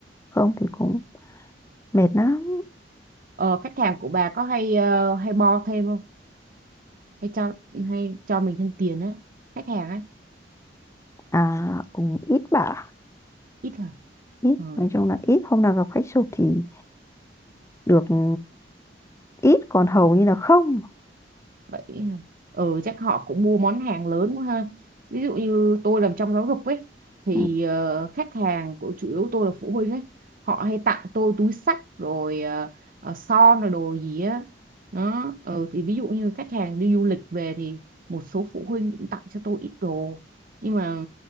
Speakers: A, on the left; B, on the right.
A: không thì cũng mệt lắm
B: ờ, khách hàng của bà có hay ờ, hay bo thêm không hay cho hay cho mình thêm tiền á khách hàng á
A: à cũng ít bả
B: ít hả
A: ít
B: ờ.
A: nói chung là ít hôm nào gặp khách sộp thì được ừ, ít còn hầu như là không
B: vậy hả? ừ chắc họ cũng mua món hàng lớn quá ha ví dụ như tôi làm trong giáo dục ấy thì
A: ừ,
B: ờ, khách hàng của chủ yếu tôi là phụ huynh ấy họ hay tặng tôi túi xách rồi ờ, ờ, son rồi đồ gì á đó ừ, thì ví dụ như khách hàng đi du lịch về thì một số phụ huynh cũng tặng cho tôi ít đồ nhưng mà